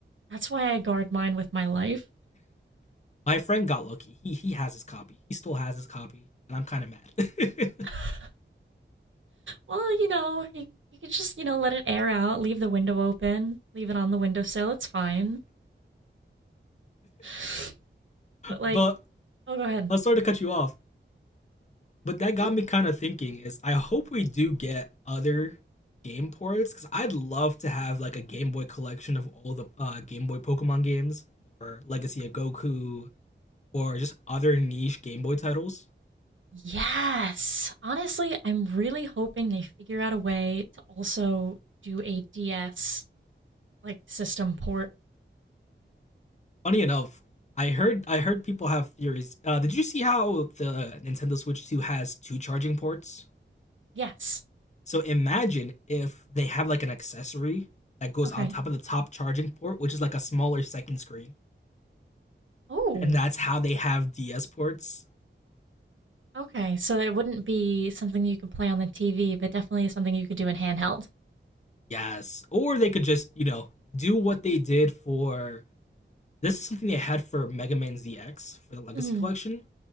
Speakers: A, on the right; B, on the left.
A: That's why I guard mine with my life.
B: <laughs> My friend got lucky. He he has his copy. He still has his copy, and I'm kind of mad.
A: <laughs> Well, you know, you, you could just, you know, let it air out, leave the window open, leave it on the windowsill, it's fine. <sighs>
B: <laughs>
A: But like,
B: but
A: oh, go ahead.
B: I'm sorry to cut you off. But that
A: It's
B: got
A: okay.
B: me kind of thinking. Is I hope we do get other game ports because I'd love to have like a Game Boy collection of all the uh, Game Boy Pokemon games or Legacy of Goku, or just other niche Game Boy titles.
A: Yes. Honestly, I'm really hoping they figure out a way to also do a DS like system port.
B: Funny enough, I heard I heard people have theories. Uh, did you see how the Nintendo Switch 2 has two charging ports?
A: Yes.
B: So imagine if they have like an accessory that goes
A: Okay.
B: on top of the top charging port, which is like a smaller second screen,
A: Oh,
B: and that's how they have DS ports.
A: okay. So it wouldn't be something you could play on the TV, but definitely something you could do in handheld.
B: Yes, or they could just you know do what they did for this is something they had for Mega Man ZX for the Legacy
A: hmm
B: Collection.